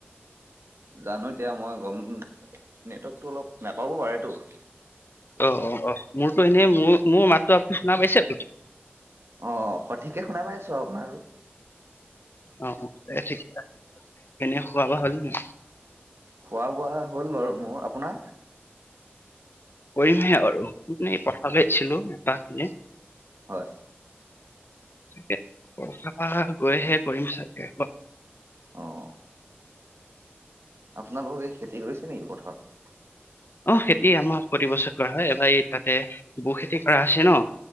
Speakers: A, on the right; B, on the left.
A: জানো এতিয়া মই গম নেটৱৰ্কতটো অলপ নাপাব পাৰেটো
B: অ', অ', অ', মোৰতো এনেই মোৰ মোৰ মাতো আপুনি শুনা পাইছে
A: অ', সঠিকে শুনাপাই আছো আপোনাৰো
B: অ', অ', ঠিকে এনে খোৱা বোৱা হল নি?
A: খোৱা বোৱা হ'ল বাৰু মোৰ আপোনাৰ?
B: কৰিমহে আৰু পঠ লছিলো এটা খিনি
A: হয়
B: তাৰপৰা গৈ হে কৰিম চাগে
A: অ' আপোনালোকৰ এই খেতি কৰিছে নেকি পথাৰত?
B: অ', খেতি আমাক প্ৰতি বছৰ কৰা হয় এইবাৰ এই তাতে বু খেতি কৰা আছে ন